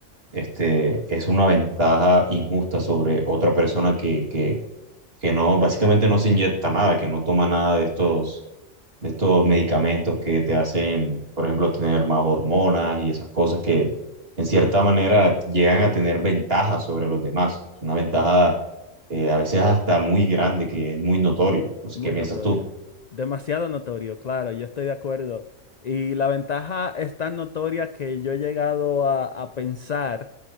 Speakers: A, on the right; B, on the left.
A: este, es una ventaja injusta sobre otra persona que, que, que no, básicamente no se inyecta nada, que no toma nada de estos, de estos medicamentos que te hacen, por ejemplo, tener más hormonas y esas cosas que en cierta manera llegan a tener ventajas sobre los demás. Es una ventaja eh, a veces hasta muy grande, que es muy notorio. No sé,
B: Muy
A: ¿qué piensas
B: notorio.
A: tú?
B: Demasiado notorio, claro, yo estoy de acuerdo. Y la ventaja es tan notoria que yo he llegado a, a pensar